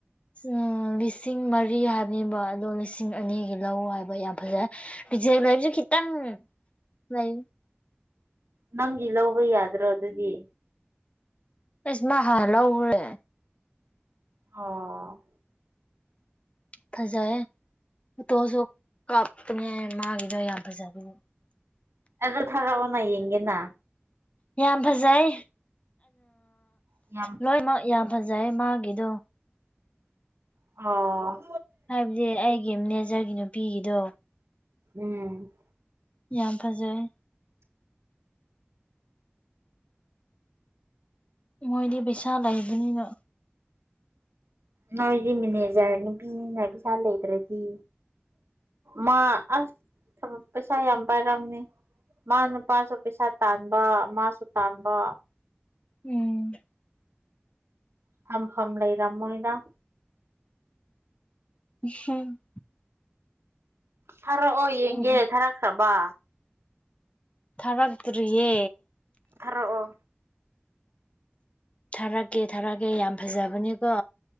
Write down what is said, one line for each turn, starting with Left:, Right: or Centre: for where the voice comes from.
Left: ꯎꯝ ꯂꯤꯁꯤꯡ ꯃꯔꯤ ꯍꯥꯏꯕꯅꯤꯕ ꯑꯗꯣ ꯂꯤꯁꯤꯡ ꯑꯅꯤꯒꯤ ꯂꯧ ꯍꯥꯏꯕ ꯌꯥꯝ ꯐꯖꯩ ꯄꯤꯖꯦ ꯂꯩꯕꯤꯁꯨ ꯈꯤꯇꯪ ꯂꯩ
Right: ꯅꯪꯒꯤ ꯂꯧꯕ ꯌꯥꯗ꯭ꯔꯣ ꯑꯗꯨꯗꯤ
Left: ꯏꯁ ꯃꯥ ꯍꯥꯟꯅ ꯂꯧꯒ꯭ꯔꯦ
Right: ꯑꯣ
Left: ꯐꯖꯩꯌꯦ ꯎꯇꯣꯁꯨ ꯀꯥꯞꯇꯅꯦ ꯃꯥꯒꯤꯗꯣ ꯌꯥꯝ ꯐꯖꯕꯒꯤ
Right: ꯑꯗꯣ ꯊꯔꯛꯑꯣꯅ ꯌꯦꯡꯒꯦꯅ
Left: ꯌꯥꯝ ꯐꯖꯩ
Right: ꯌꯥꯝ
Left: ꯂꯣꯏꯃꯛ ꯌꯥꯝ ꯐꯖꯩ ꯃꯥꯒꯤꯗꯣ
Right: ꯑꯣ
Left: ꯍꯥꯏꯕꯗꯤ ꯑꯩꯒꯤ ꯃꯦꯅꯦꯖꯔꯒꯤ ꯅꯨꯄꯤꯒꯤꯗꯣ
Right: ꯎꯝ
Left: ꯌꯥꯝ ꯐꯖꯩ ꯃꯣꯏꯗꯤ ꯄꯩꯁꯥ ꯂꯩꯕꯅꯤꯅ
Right: ꯅꯣꯏꯗꯤ ꯃꯤꯦꯅꯦꯖꯔ ꯅꯨꯄꯤꯅ ꯄꯩꯁꯥ ꯂꯩꯇ꯭ꯔꯗꯤ ꯃꯥ ꯑꯁ ꯊꯕꯛ ꯄꯩꯁꯥ ꯌꯥꯝ ꯄꯥꯏꯔꯝꯅꯦ ꯃꯥ ꯅꯨꯄꯥꯁꯨ ꯄꯩꯁꯥ ꯇꯥꯟꯕ ꯃꯥꯁꯨ ꯇꯥꯟꯕ
Left: ꯎꯝ
Right: ꯊꯝ ꯐꯝ ꯂꯩꯔꯝ ꯃꯣꯏꯗ
Left: ꯍꯝ
Right: ꯊꯥꯔꯛꯑꯣ ꯌꯦꯡꯒꯦ
Left: ꯎꯝ
Right: ꯊꯥꯔꯈ꯭ꯔꯕ
Left: ꯊꯔꯛꯇꯔꯤꯌꯦ
Right: ꯊꯔꯛꯑꯣ
Left: ꯊꯥꯔꯛꯀꯦ ꯊꯥꯔꯛꯀꯦ ꯌꯥꯝ ꯐꯖꯕꯅꯤꯀꯣ